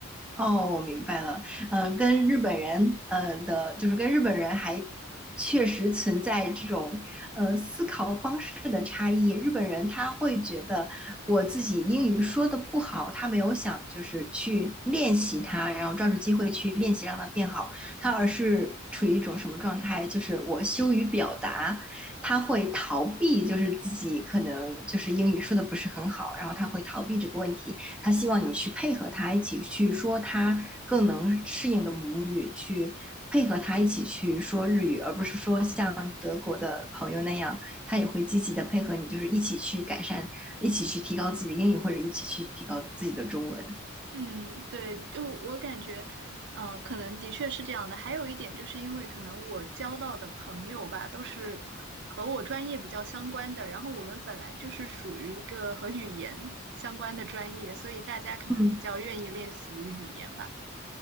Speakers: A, in the centre; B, on the right (about 60°).
A: 哦，我明白了。嗯、跟日本人，嗯、的，就是跟日本人还确实存在这种，呃，思考方式的差异。日本人他会觉得我自己英语说的不好，他没有想就是去练习它，然后抓住机会去练习让它变好，他而是处于一种什么状态？就是我羞于表达，他会逃避，就是自己可能就是英语说的不是很好，然后他会逃避这个问题。他希望你去配合他一起去说他更能适应的母语，去配合他一起去说日语，而不是说像德国的朋友那样，他也会积极的配合你，就是一起去改善，一起去提高自己的英语，或者一起去提高自己的中文。
B: 嗯，对，就我感觉，嗯、可能的确是这样的。还有一点，就是因为可能我交到的朋友吧，都是和我专业比较相关的，然后我们本来就是属于一个和语言相关的专业，所以大家可能比较愿意练习语言吧。
A: 嗯，